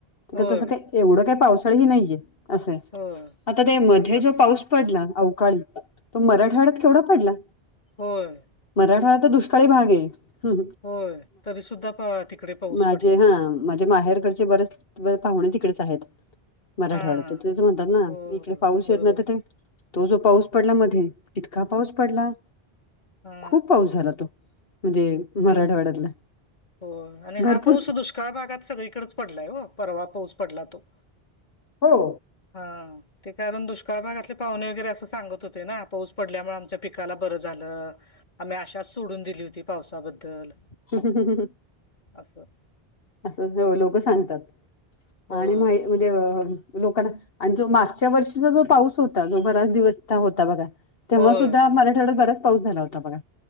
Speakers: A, on the left; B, on the left.
A: होय
B: तर तसं काही एवढं काही पावसाळही नाहीये. असं आहे.
A: होय
B: आता ते मध्ये
A: तस
B: जो पाऊस पडला अवकाळी- तो मराठवाड्यात केवढा पडला.
A: हो....
B: मराठवाडा तर दुष्काळी भाग आहे
A: होय तरी सुद्धा प तिकडे पाऊस
B: माझे
A: पडला
B: हा- माझ्या माहेरकडचे बरेच पाहुणे तिकडेच आहेत. मराठवाड्यात
A: हा हा
B: तेच म्हणतात ना,
A: हो
B: इकडे पाऊस
A: बरोबर
B: येत ना तर
A: आहे
B: ते- तो जो पाऊस पडला मध्ये ईतका पाऊस पडला.
A: हा
B: खूप पाऊस झाला तो म्हणजे, मराठवाड्यातला
A: आणि हो आणि
B: भरपूर
A: हा पाऊस दुष्काळ- दुष्काळ भागात सगळीकडेच पडलाय ओ परवा पाऊस पडला तो-
B: हो
A: हा ते कारण दुष्काळ भागातले पाहुणे वगैरे असं सांगत होते ना पाऊस पडल्यामुळे आमच्या- पिकाला बरं झालं. आम्ही अशाच सोडून दिली होती पावसाबद्दल-
B: हम्म हे ह ह
A: अससं
B: असं लोक सांगतात
A: होय
B: आणि मा म्हणजे लोकांना- आणि जो मागच्या वर्षीचा जो पाऊस होता जो बराच दिवस होता बघा. तेव्हा
A: होय
B: सुद्धा मराठवाड्यात बराच पाऊस झाला होता बघा,